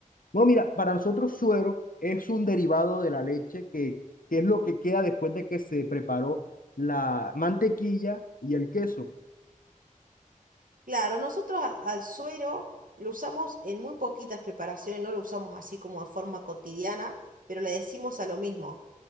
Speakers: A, on the left; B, on the right.
A: Bueno, mira, para nosotros suero es un derivado de la leche que, que es lo que queda después de que se preparó la mantequilla y el queso.
B: Claro, nosotros a- al suero lo usamos en muy poquitas preparaciones, no lo usamos así como de forma cotidiana, pero le decimos a lo mismo.